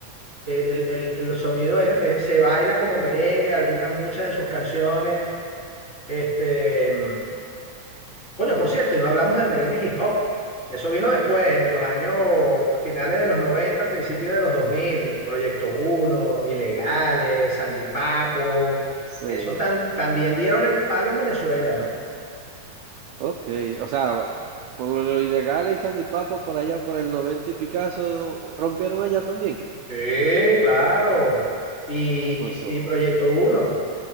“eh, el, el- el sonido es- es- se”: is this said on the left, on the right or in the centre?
Left